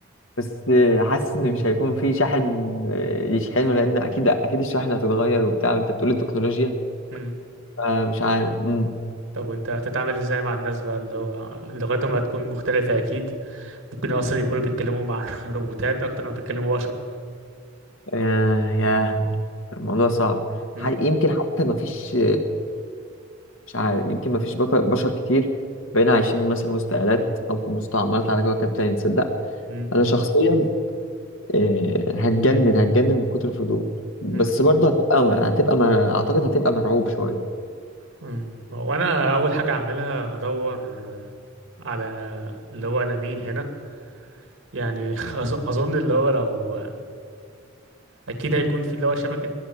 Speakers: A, on the left; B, on the right.
A: بس آه، حاسس إن مش هيكون في شاحن آه، يشحنه لأن أكيد أكيد الشاحن هتتغير وبتاع وأنت بتقول التكنولوجيا
B: مم.
A: فمش عارف مم.
B: طب وانت هتتعامل ازاي مع الناس بقى اللي هو لغتهم هتكون مختلفة أكيد ممكن أصلا يكونوا بيتكلموا مع <laughs> روبوتات أكتر ما بيتكلموا بشر
A: آه، ياه الموضوع صعب
B: مم.
A: ح- يمكن حتى ما فيش مش عارف يمكن ما فيش بشر كتير بقينا عايشين مثلا وسط آلات أو في مستعمرات على كوكب تاني تصدق
B: مم.
A: أنا شخصيا إيه، هتجنن هتجنن من كتر الفضول بس
B: مم.
A: برضه هتبقى هتبقى ما اعتقد هتبقى مرعوب شويه
B: مم. وأنا أول حاجة هعملها هدور على اللي هو أنا مين هنا يعني <laughs> أظ- اظن اللي هو لو اكيد هيكون في اللي هو شبكة